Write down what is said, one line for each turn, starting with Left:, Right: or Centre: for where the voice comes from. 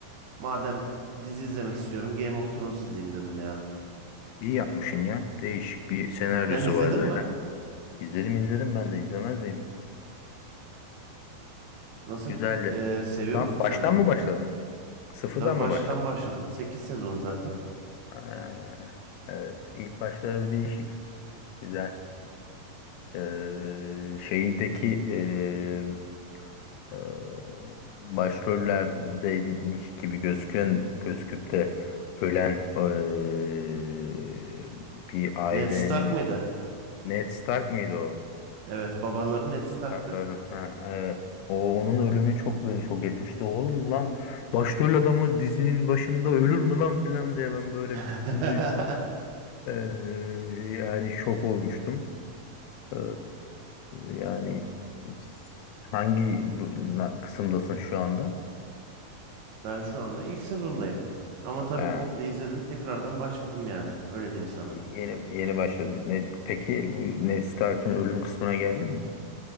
Right: madem dizi izlemek istiyorum Game of Thrones izleyeyim dedim ya.
Left: İyi yapmışsın ya. Değişik bir senaryosu
Right: Sen izledin
Left: var zaten.
Right: mi?
Left: İzledim izledim ben de izlemez miyim?
Right: Nasıl
Left: Güzeldi.
Right: ee, seviyor
Left: ben
Right: musun sen
Left: baştan
Right: de?
Left: mı başladın? Sıfırdan
Right: Tabii baştan
Left: mı başladın?
Right: başladım. 8 sezon zaten.
Left: Aa, evet. İlk başları bir değişik. Güzel. Eee, şeyindeki eee eee, başrollerdeymiş gibi gözüken gözüküp de ölen eee, bir ailenin
Right: Ned Stark
Left: Ned
Right: mıydı?
Left: Stark mıydı o?
Right: Evet, babaları Ned Stark'tı.
Left: Starkların ha evet. O onun ölümü çok beni şok etmişti. Oğlum lan başrol adamı dizinin başında ölür mü lan filan diye ben böyle
Right: <laughs>
Left: bir tutulduydum. Eee, yani şok olmuştum. Ee, yani s- hangi bu- na- kısımdasın şu anda?
Right: Ben şu anda ilk sezondayım. Ama tabii
Left: Ha,
Right: komple izledim. Tekrardan başladım yani. Öyle diyeyim sana.
Left: yeni yeni başladın. Ne, peki bu Ned Stark'ın ölüm kısmına geldin mi?